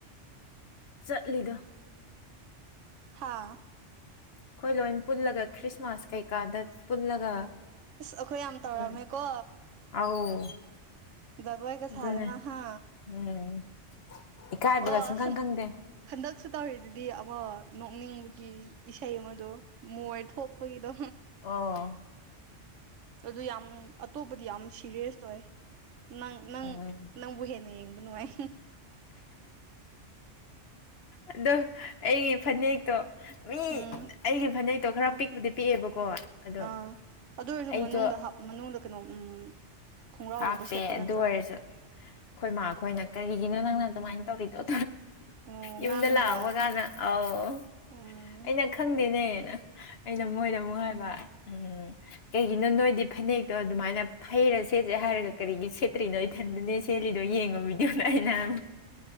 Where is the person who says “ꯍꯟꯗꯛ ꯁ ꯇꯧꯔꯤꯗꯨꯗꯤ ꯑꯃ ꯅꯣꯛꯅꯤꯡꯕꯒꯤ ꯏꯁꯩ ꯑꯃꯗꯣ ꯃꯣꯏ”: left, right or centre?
Right